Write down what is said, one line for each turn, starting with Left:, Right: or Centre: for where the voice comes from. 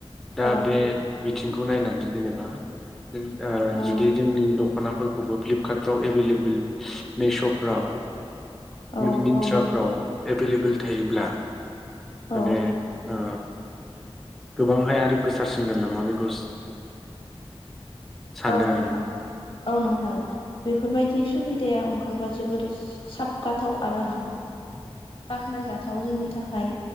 Centre: दा
Left: औ
Centre: बे बिथिंखौ नायनानै जेनेबा <unintelligible> अ
Left: औ
Centre: जुदि दखनाफोर खौ फ्लिपकार्टफ्राव एभेलेबल मिशफ्राव
Left: औ
Centre: मिन्त्राफ्राव
Left: औ नोंथां
Centre: एभेलेबेल थायोब्ला
Left: औ
Centre: माने ओ गोबांहाय आरो गोसारसिनगोन नामा बेखौ सानो
Left: औ नोंथां
Centre: आरो माने
Left: औ नोंथां बेफोरबायदि सुबिदाया ओंखारबा जोबोर साबगाथाव आरो हा बाख्नाय जाथाव जोंनि थाखाय